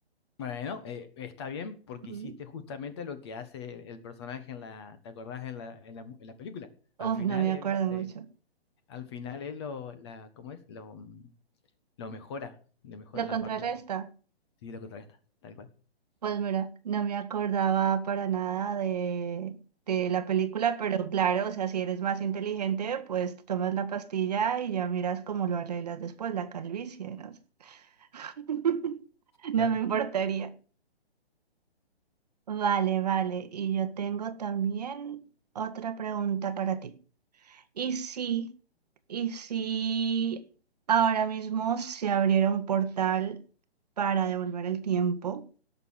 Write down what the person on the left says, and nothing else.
Bueno, eh, está bien porque
hiciste justamente lo que hace el personaje en la, ¿te acordás en la, en la, en la película?
Al final
él,
eh, al final él lo, la, ¿cómo es? Lo, mm, lo mejora, le mejora
la
parte esa. Sí, lo contrarresta, tal cual.
Claro.